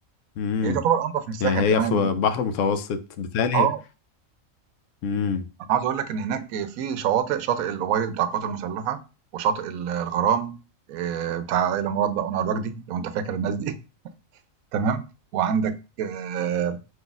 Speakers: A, on the left; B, on the right.
A: مم.
B: هي تعتبر أنضف من الساحل
A: يعني
B: كمان.
A: هي في بحر متوسط بالتالي
B: آه،
A: امم
B: أنا عايز أقول لك إن هناك في شواطئ، شاطئ الأوبيل بتاع القوات المسلحة، وشاطئ ال الغرام آآ، بتاع آية مراد بقى وأنور وجدي، لو أنت فاكر الناس دي <laughs> تمام، وعندك آآ،